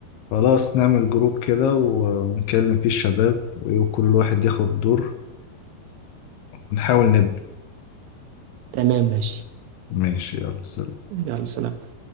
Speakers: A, on the left; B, on the right.
A: خلاص نعمل جروب كده و- ونكلم فيه الشباب وكل واحد ياخد دور ونحاول نبدأ
B: تمام ماشي
A: ماشي يلا سلام
B: يلا سلام